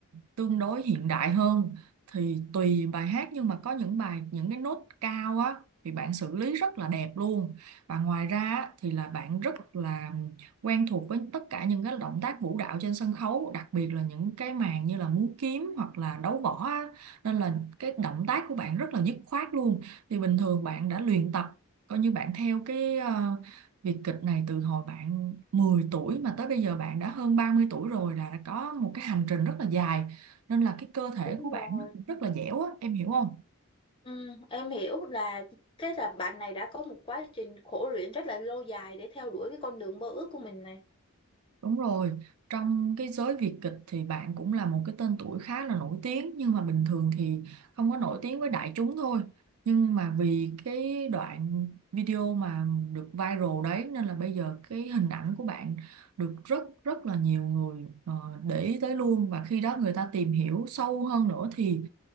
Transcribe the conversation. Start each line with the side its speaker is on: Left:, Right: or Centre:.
Right: tương đối hiện đại hơn thì tùy bài hát nhưng mà có những bài những cái nốt cao á thì bạn xử lý rất là đẹp luôn. Và ngoài ra á, thì là bạn rất là quen thuộc với tất cả những cái động tác vũ đạo trên sân khấu, đặc biệt là những cái màn như là múa kiếm hoặc là đấu võ á, nên là cái động tác của bạn rất là dứt khoát luôn thì bình thường bạn đã luyện tập coi như bạn theo cái ờ, việc kịch này từ hồi bạn mười tuổi mà tới bây giờ bạn đã hơn 30 tuổi rồi là có một cái hành trình rất là dài nên là cái cơ thể
Left: Đúng
Right: của bạn
Left: rồi.
Right: nó cũng rất là dẻo á em hiểu không
Left: Ừ, em hiểu là cái là bạn này đã có một quá trình khổ luyện rất là lâu dài để theo đuổi cái con đường mơ ước của mình này.
Right: Đúng rồi, trong cái giới Việt kịch thì bạn cũng là một cái tên tuổi khá là nổi tiếng nhưng mà bình thường thì không có nổi tiếng với đại chúng thôi. Nhưng mà vì cái đoạn video mà được viral đấy nên là bây giờ cái hình ảnh của bạn được rất rất là nhiều người ờ, để ý tới luôn và khi đó người ta tìm hiểu sâu hơn nữa thì